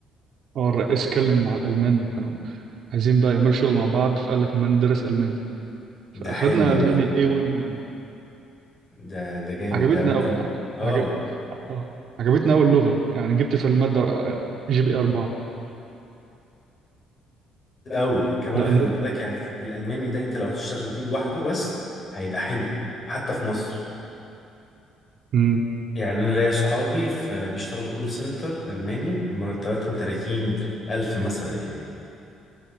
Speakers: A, on the right; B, on the left.
A: هو الرئيس اتكلم مع الألمان وكانوا عايزين بقى يعملوا شغل مع بعض فقال لك ما ندرس الماني فاخدنا
B: ده حلو
A: الماني
B: ده
A: A11
B: ده ده جامد
A: عجبتنا
B: ده ممكن
A: أو...
B: اه
A: عجب... آه، عجبتنا اول لغه يعني جبت في الماده آه، جي بي 4
B: قوي كمان
A: لا
B: خلي
A: اللغه
B: بالك يعني الالماني ده انت لو هتشتغل بيه لوحده بس هيبقى حلو حتى في مصر
A: امم
B: يعني انا ليا اصحابي ف- بيشتغلوا كول سنتر الماني مرتباتهم 30 الف مثلا يعني